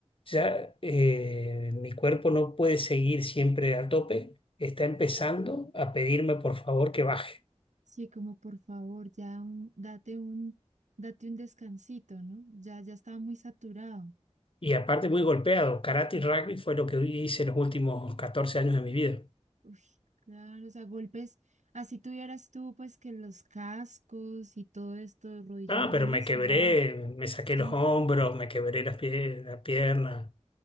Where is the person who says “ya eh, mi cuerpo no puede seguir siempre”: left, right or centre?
Left